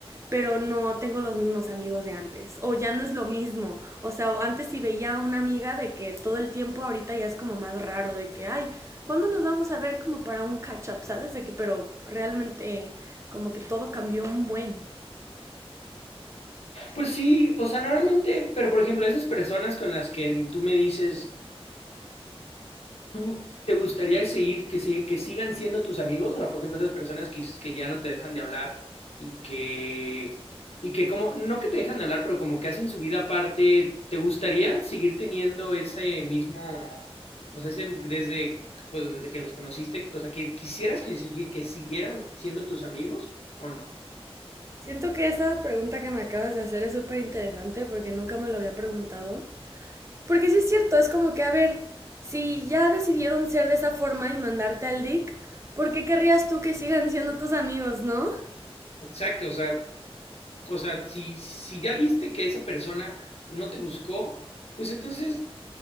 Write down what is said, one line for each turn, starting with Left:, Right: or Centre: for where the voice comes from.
Right: pero no tengo los mismos amigos de antes, o ya no es lo mismo, o sea, antes si veía a una amiga de que todo el tiempo ahorita ya es como más raro, de que, ay, ¿cuándo nos vamos a ver como para un catch-up? ¿Sabes? De que, pero realmente eh, como que todo cambió un buen.
Left: Pues sí, o sea, normalmente, pero por ejemplo, esas personas con las que tú me dices, ¿tú te gustaría seguir, que, si- que sigan siendo tus amigos? O sea, por ejemplo, esas personas que dices que ya no te dejan de hablar y que, y que como, no que te dejan de hablar, pero como que hacen su vida aparte, ¿te gustaría seguir teniendo ese mismo, o sea, ese, desde, pues, desde que los conociste, o sea, que quisieras que, sigui- que siguieran siendo tus amigos o no?
Right: Siento que esa pregunta que me acabas de hacer es súper interesante porque nunca me lo había preguntado. Porque sí es cierto, es como que, a ver, si ya decidieron ser de esa forma y mandarte al DIC, ¿por qué querrías tú que sigan siendo tus amigos, no?
Left: Exacto, o sea, cosa, si, si ya viste que esa persona no te buscó, pues entonces